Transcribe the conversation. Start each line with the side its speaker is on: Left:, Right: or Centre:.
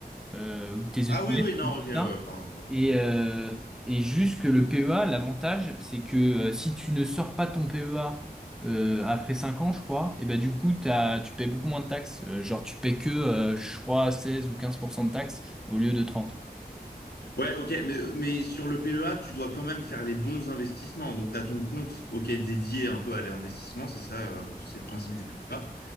Centre: euh, ou tes ETF,
Left: Ah oui, oui, non,
Centre: ou tout
Left: ok, ouais,
Centre: ça.
Left: pardon, pardon,
Centre: Et,
Left: oui.
Centre: euh, et juste que le PEA, l'avantage, c'est que euh, si tu ne sors pas ton PEA euh, après 5 ans, je crois, et ben du coup, t'as, tu payes beaucoup moins de taxes. Euh, genre, tu payes que, euh, je crois, 16 ou 15% de taxes au lieu de trente
Left: Ouais, ok, mais, mais sur le PEA, tu dois quand même faire les bons investissements. Donc, tu as ton compte, ok, dédié un peu à l'investissement, c'est ça, euh, c'est le principe du PEA.